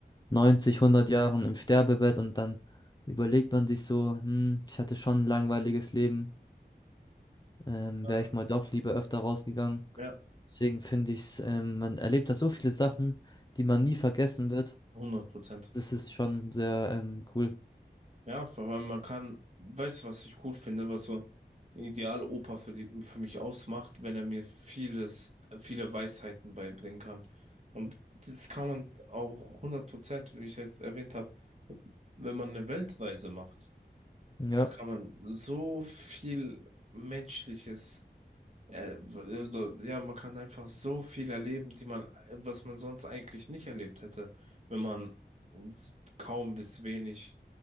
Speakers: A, on the left (about 25°); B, on the right (about 40°).
A: neunzig, hundert Jahren im Sterbebett und dann überlegt man sich so, hm, ich hatte schon ein langweiliges Leben, ähm,
B: Ja,
A: wäre ich mal doch lieber öfter rausgegangen.
B: ja,
A: Deswegen finde ich, ähm, man erlebt da so viele Sachen, die man nie vergessen wird.
B: 100 Prozent.
A: Das ist schon sehr, ähm, cool.
B: Ja, weil man kann, weißt du, was ich cool finde, was so ein Idealopa für die, für mich ausmacht, wenn er mir vieles, viele Weisheiten beibringen kann. Und das kann man auch hundert Prozent wie ich jetzt erwähnt habe, wenn man eine Weltreise macht.
A: Ja,
B: Da kann man so viel Menschliches äh, also, ja, man kann einfach so viel erleben, die man, was man sonst eigentlich nicht erlebt hätte, wenn man kaum bis wenig